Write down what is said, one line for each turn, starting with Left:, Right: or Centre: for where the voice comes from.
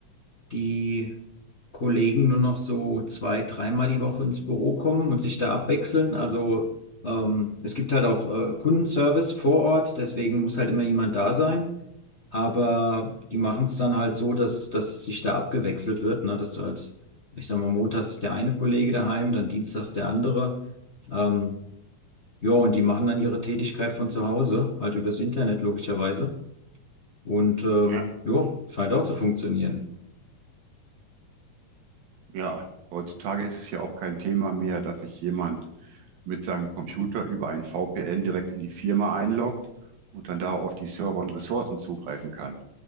Left: die Kollegen nur noch so zwei, dreimal die Woche ins Büro kommen und sich da abwechseln. Also ähm, es gibt halt auch äh, Kundenservice vor Ort, deswegen muss halt immer jemand da sein. Aber die machen es dann halt so, dass, dass sich da abgewechselt wird, ne? Dass halt, ich sag mal, montags ist der eine Kollege daheim, dann dienstags der andere. Ähm, ja, und die machen dann ihre Tätigkeit von zu Hause, halt übers Internet logischerweise. Und ähm,
Right: Ja,
Left: ja, scheint auch zu funktionieren.
Right: ja. Heutzutage ist es ja auch kein Thema mehr, dass sich jemand mit seinem Computer über ein VPN direkt in die Firma einloggt und dann da auf die Server und Ressourcen zugreifen kann.